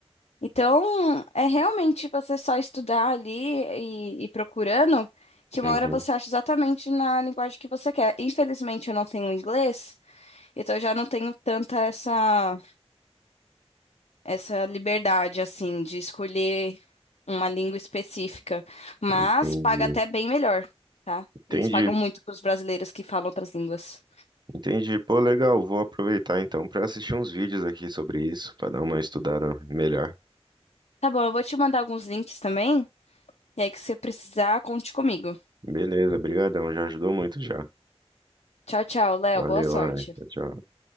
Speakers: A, on the left; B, on the right.
A: Então, é realmente você só estudar ali e, e procurando, que uma
B: uhum,
A: hora você acha exatamente na linguagem que você quer. Infelizmente, eu não tenho inglês, então eu já não tenho tanta essa. essa liberdade, assim, de escolher uma língua específica, mas
B: entendi.
A: paga até bem melhor, tá?
B: Entendi,
A: Eles pagam muito para os brasileiros que falam outras línguas.
B: entendi. Pô, legal, vou aproveitar então para assistir uns vídeos aqui sobre isso, para dar uma estudada melhor.
A: Tá bom, eu vou te mandar alguns links também, e aí que você precisar, conte comigo.
B: Beleza, brigadão, já ajudou muito já.
A: Tchau, tchau, Léo,
B: Valeu,
A: boa sorte.
B: Ana. Tchau, tchau.